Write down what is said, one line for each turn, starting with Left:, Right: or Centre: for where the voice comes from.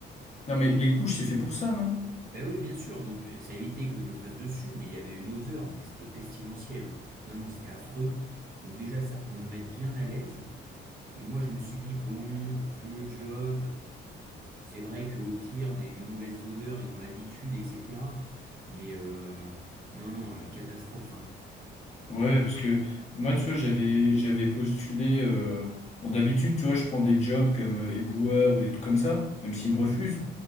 Left: Non, mais les couches, c'est fait pour ça, non?
Right: Ben oui, bien sûr, donc euh, ça évitait que je me fasse dessus, mais il y avait une odeur, mais c'était pestilentiel, hein. Non, non, c'était affreux. Donc déjà, ça pour me mettre bien à l'aise. Et moi, je me suis dit, bon, vu le job, c'est vrai qu'au pire, les, les mauvaises odeurs, ils ont l'habitude, etc. Mais euh, non, non, la catastrophe, hein.
Left: Ouais, parce que moi, tu vois, j'avais j'avais postulé. euh, Bon, d'habitude, tu vois, je prends des jobs comme euh, éboueur ou des trucs comme ça, même s'ils me refusent.